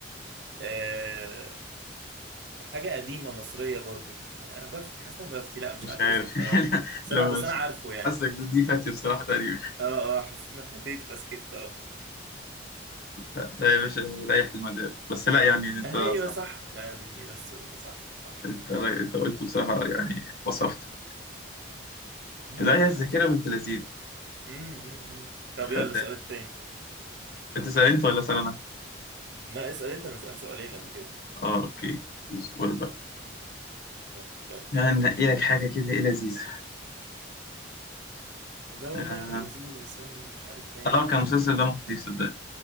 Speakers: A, on the right; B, on the left.
A: آه حاجة قديمة مصرية برضو مش عارف- انا بفتي حاسس إن انا بفتي لا مش
B: مش
A: عارف
B: عارف
A: اسمه بصراحة
B: <laughs>
A: بس
B: لما
A: انا بس انا عارفه يعني
B: حاسك دي فاتي بصراحة تقريبا
A: اه اه حسيت انها فاتت فسكت اه
B: <laughs> لا يا باشا ريح المدار بس لا يعني انت
A: ايوه
B: صح
A: صح يا دي النيله السوداء صح صح
B: انت انت قلت بصراحة يعني وصفت
A: وانا
B: لا
A: كنت
B: هي الذاكرة
A: عارفه والله
B: بنت لذيذ
A: أمم، أمم، أمم. طب
B: خدام
A: يلا السؤال التاني
B: بتسأل انت ولا اسأل انا؟
A: لا اسال انت انا سالت سؤالين قبل كده
B: اه اوكي اصبر بقى
A: يلا، يلا،
B: يعني
A: يلا.
B: ننقي لك حاجة كده ايه لذيذة
A: ده والله
B: اه
A: كان لذيذ بس انا اللي مش عارف مالي
B: آه، كان المسلسل ده مخيف صدق